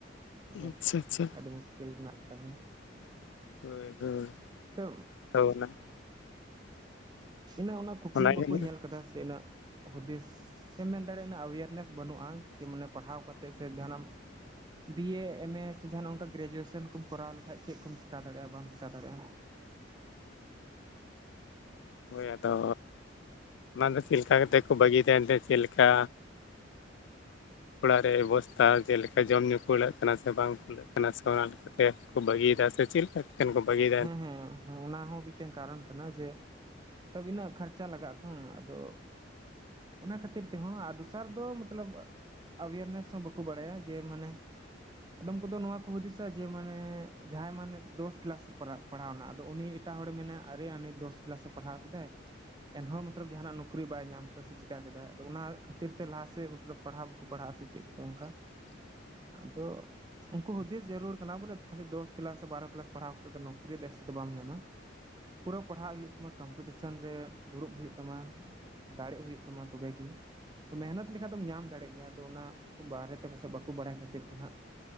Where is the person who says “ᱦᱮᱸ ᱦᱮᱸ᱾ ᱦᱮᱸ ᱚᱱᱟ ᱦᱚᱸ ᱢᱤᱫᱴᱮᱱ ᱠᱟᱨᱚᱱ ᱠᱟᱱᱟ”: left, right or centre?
Right